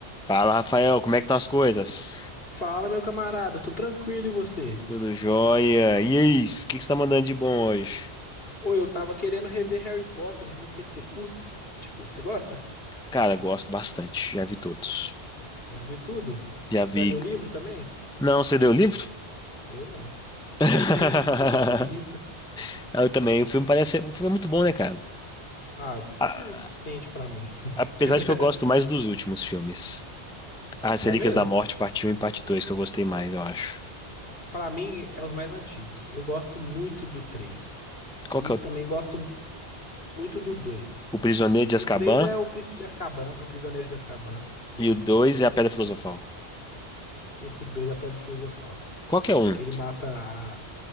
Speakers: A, in the centre; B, on the left (about 60°).
A: Fala, Rafael, como é que estão as coisas?
B: Fala, meu camarada, tô tranquilo e você?
A: Tudo jóia? E aí, o que que você tá mandando de bom hoje?
B: Ô, eu tava querendo rever Harry Potter, não sei se você curte, pô, você gosta?
A: Cara, gosto bastante, já vi todos.
B: Já viu tudo?
A: Já vi.
B: Já leu o livro também?
A: Não, você deu o livro?
B: Eu não. <laughs>
A: <laughs>
B: Eu tenho um pouco de preguiça.
A: Eu também, o filme parece, o filme é muito bom, né, cara?
B: Ah, o filme
A: A-
B: é o suficiente pra mim.
A: Apesar
B: <laughs>
A: de que eu gosto mais dos últimos filmes. As
B: É
A: Relíquias
B: mesmo?
A: da Morte, parte Um e parte 2, que eu gostei mais, eu acho.
B: Pra mim, é os mais antigos. Eu gosto muito do três
A: Qual
B: E
A: que
B: também
A: é o,
B: gosto muito do 2.
A: o Prisioneiro de Azkaban
B: O 3 é o Príncipe de Azkaban, o Prisioneiro de Azkaban. né?
A: e o 2 é a Pedra Filosofal.
B: O 2 é a Pedra Filosofal.
A: Qual que é um?
B: Que ele mata a